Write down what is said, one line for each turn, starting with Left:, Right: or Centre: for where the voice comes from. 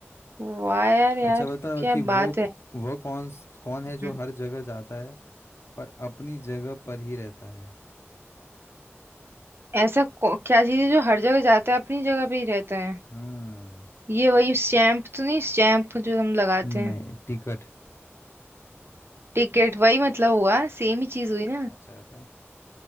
Right: वाह यार यार
Left: अच्छा बता
Right: क्या
Left: कि
Right: बात
Left: वो
Right: है
Left: वो कौन कौन है जो
Right: हम्म,
Left: हर जगह जाता है पर अपनी जगह पर ही रहता है
Right: ऐसा को- क्या चीज है जो हर जगह जाता है अपनी जगह पे ही रहता है
Left: हम्म
Right: ये वही स्टैम्प तो नहीं स्टैम्प जो हम लगाते हैं
Left: नहीं टिकट
Right: टिकट वही मतलब हुआ सेम ही चीज हुई ना
Left: अच्छा ऐसा